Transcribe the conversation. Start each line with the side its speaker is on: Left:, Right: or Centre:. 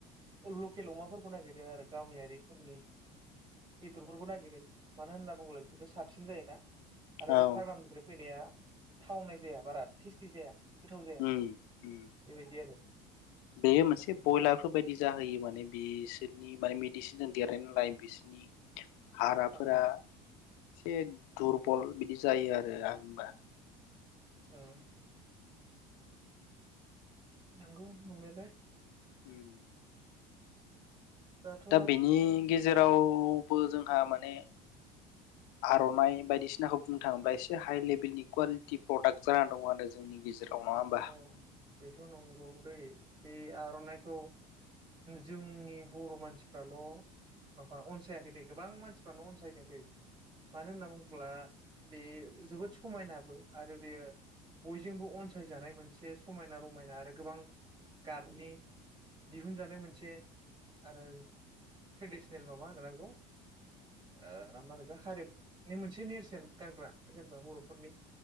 Right: लकेल अमाफोरखौ नागिरो आरो गामियारिफोरनि बेदरफोरखौ नागिरो मानो होनना बुङोब्ला बेफोरो साबसिन जायोना आरो
Left: औ
Right: बे फार्मनिफ्राय फैनाया थावनाय जाया बारा टेस्टि जाया गोथाव जाया
Left: उम उम
Right: बेबायदि आरो
Left: बेयो मोनसे ब्रयलारफोर बायदि जाहोयो माने बिसोरनि माने मेडिसिनजों देरनाय नालाय बिसोरनि हाराफोरा
Right: औ
Left: एसे दुरबल बिदि जायो आरो आंनिबा
Right: उम नंगौ नंनायालाय
Left: उम
Right: दाथ'
Left: दा बेनि गेजेराव बो जोंहा माने आर'नाइ बायदिसिनाखौ बुंनो थाङोब्ला एसे हाइ लेभेलनि कुवालिटि प्रडाक्ट जानानै दङ आरो जोंनि गेजेराव नङा होमबा
Right: औ बेथ' नंगौ दैै बे आर'नाइखौ जोंनि बर' मानसिफ्राल' माबा अनसायाखै दे गोबां मानसिफ्राल' अनसायदों दै मानो होनना बुङोब्ला बे जोबोद समायनाबो आरो बेयो बयजोंबो अनसा फसायजानाय मोनसे समायना रमायना आरो गोबां गाबनि दिहुनजानाय मोनसे आरो ट्रेडिसनेल माबा होनोगोन ना बेगोन मा होनोगो हारिमुनि मोनसे नेरसोन गानग्रा जेनेबा बर'फोरनि